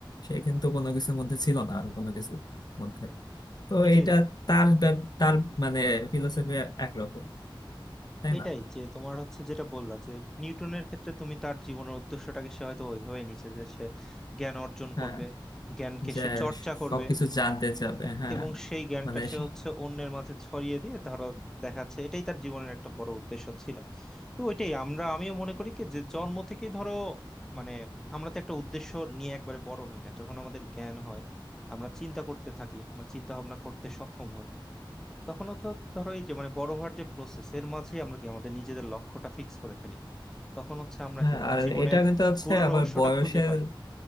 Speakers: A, on the left; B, in the centre.
A: সে কিন্তু কোনো কিছুর মধ্যে ছিল না আর কোনো কিছুর মধ্যে তো
B: ওই যে
A: এটা তার ব্যা- তার মানে ফিলোসফি একরকম তাই
B: এটাই
A: না
B: যে তোমার হচ্ছে যেটা বললা যে নিউটনের ক্ষেত্রে তুমি তার জীবনের উদ্দেশ্যটাকে সে হয়তো ওইভাবে নিচ্ছে যে সে জ্ঞান অর্জন
A: হ্যাঁ
B: করবে জ্ঞানকে
A: যে
B: সে চর্চা করবে
A: সবকিছু জানতে চাবে হ্যাঁ
B: এবং সেই জ্ঞানটা
A: মানে
B: সে
A: সে-
B: হচ্ছে অন্যের মাঝে ছড়িয়ে দিয়ে ধরো দেখাচ্ছে এটাই তার জীবনের একটা বড় উদ্দেশ্য ছিল তো এটাই আমরা আমিও মনে করি কি যে জন্ম থেকেই ধরো মানে আমরা তো একটা উদ্দেশ্য নিয়ে একবারে বড় হই না যখন আমাদের জ্ঞান হয় আমরা চিন্তা করতে থাকি বা চিন্তা ভাবনা করতে সক্ষম হই তখন তো ধরো এই যে মানে বড় হওয়ার যে প্রসেস এর মাঝেই আমরা কি আমাদের নিজেদের লক্ষ্যটা ফিক্স করে ফেলি তখন হচ্ছে আমরা
A: হ্যাঁ
B: কি মানে
A: আর
B: জীবনের
A: এটা কিন্তু হচ্ছে
B: গূঢ়
A: আবার
B: রহস্যটা
A: বয়সের
B: খুঁজে পাই